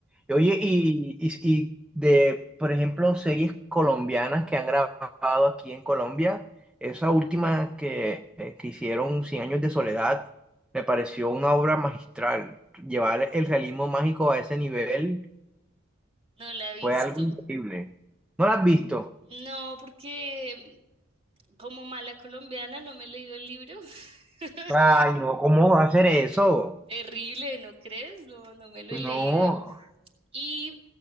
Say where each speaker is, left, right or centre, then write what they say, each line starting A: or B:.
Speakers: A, in the centre; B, on the right.
A: Y Oye, y, y, y de, por ejemplo, series colombianas que han grabado aquí en Colombia, esa última que, eh, que hicieron, Cien Años de Soledad, me pareció una obra magistral. Llevar el realismo mágico a ese nivel
B: no la he visto.
A: fue algo increíble. ¿No la has visto?
B: No, porque como mala colombiana no me he leído el libro. <laughs>
A: Ay, no, ¿cómo va a hacer eso?
B: Terrible, ¿no crees? No, no me lo
A: No.
B: he leído. Y